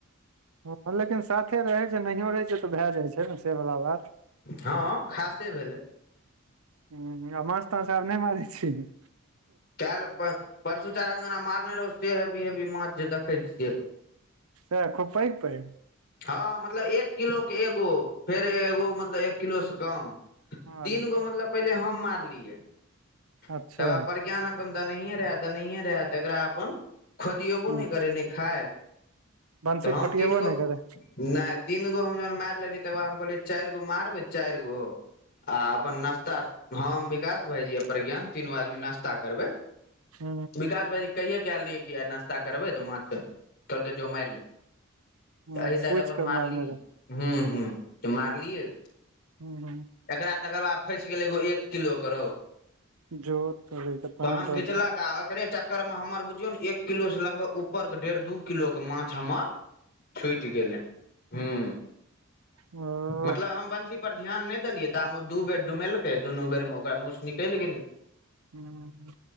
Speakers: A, on the right; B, on the left.
A: हुँ लेकिन साथे रहै जे नहियो रहै छै तऽ भए जाइ छै ने से बला बात
B: हँ, खासे भेलै
A: हुँ, आ माछ ताछ आब नय मारै छिहिं
B: काल्हि, पर परसु चारिम दिना मारने रहौ से हेबी हेबी माछ जे देखै छियै
A: सैह, खुब पैघ पैघ
B: हँ मतलब एक किलो के एगो फेर एगो मतलब एक किलो से कम तीन
A: अरे
B: गो
A: बाह
B: मतलब पहिले हम मारलियै तकर
A: अच्छा
B: बाद प्रज्ञान अप अपन दनाे रहै दनाए रहै तऽ एकरा अपन खोदियोबो
A: ह
B: नय करै नय खाय
A: बंसी
B: तऽ हम
A: खोटियेबो
B: तीन गो
A: नहि करै
B: नय तीन गो हम जहन मारि लेलियै तकर बाद हम कहलियै चारि गो मारबै चारिगो आ अपन नाश्ता हम विकास भाइजी आ प्रज्ञान तीनू आदमी नाश्ता करबै
A: ह
B: विकास भाईजी कहिये कऽ एल रहियै कि आ नास्ता करबै तऽ माछ कहलकै जो मारि ले
A: ह
B: तऽ एहि साइड
A: पूछि
B: अपन
A: कऽ
B: मारलि
A: मारने रहे
B: हुँ हुँ तऽ मारलियै
A: हूँ हूँ
B: एकरा तकर बाद फँसि गेलै एगो एक किलोे के रोहु
A: जोत तोड़ैके
B: तहन
A: तऽ
B: घिचलक आ ओेकरे चक् कर मे हमर बुझियौ ने एक किलो से लगभग ऊपर के डेढ़ दू किलो के माछ हमर छुटि गेलै हूँ
A: हँ
B: मतलब हम बंशी पर ध्यान नहि देलियै ताब ओ दू बेर डुमेलकै दुनू बेरमे ओकरा मुँहस निकलि गेलै
A: हुँ